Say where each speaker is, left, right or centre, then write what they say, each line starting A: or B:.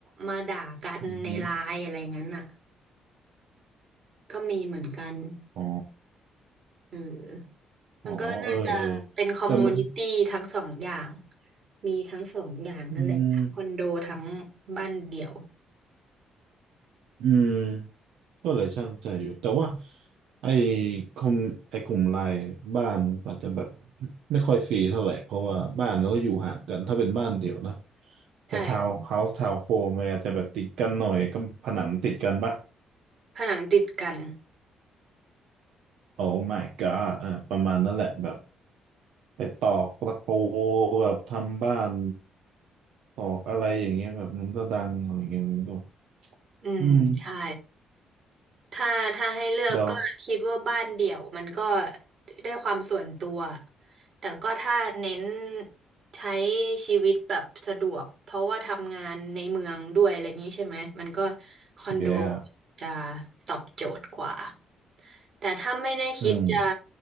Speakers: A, on the right; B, on the right.
A: มาด่ากันในไลน์อะไรงั้นอ่ะ
B: ือหือ
A: ก็มีเหมือนกัน
B: อ๋อ
A: เออ มันก็น่าจะเป็นคอมมูนิตี้ทั้งสองอย่าง
B: อ๋อเออเออแต่มัน
A: มีทั้งสองอย่างนั่นแหละทั้งคอนโดทั้ง
B: อืม
A: บ้านเดี่ยว
B: อืมก็เลยช่างใจอยู่แต่ว่าไอ้คอมไอ้กลุ่มไลน์บ้านอาจจะแบบไม่ค่อยซีเท่าไหร่เพราะว่าบ้านเราก็อยู่ห่างกันถ้าเป็นบ้านเดี่ยวนะแต่ทาวน์เฮาส์ทาวน์โฮมมันอาจจะแบบติดกันหน่อยก็ผนังมันติดกันปะ
A: ใช่ผนังติดกัน
B: โอ้ my god อ่าประมาณนั้นแหละแบบไปตอกตะปูแบบทำบ้านตอกอะไรอย่างเงี้ยแบบมันก็ดังอะไรเงี้ยมันก็
A: อืมใช่
B: อืม
A: ถ้าถ้าให้เลือกก็คิดว่าบ้านเดี่ยวมันก็
B: เดา
A: ได้ความส่วนตัวแต่ก็ถ้าเน้นใช้ชีวิตแบบสะดวกเพราะว่าทำงานในเมืองด้วยอะไรอย่างนี้ใช่ไหมมันก็คอนโด
B: เดีย
A: จะตอบโจทย์กว่าแต่ถ้าไม่ได้คิดจะ
B: อืม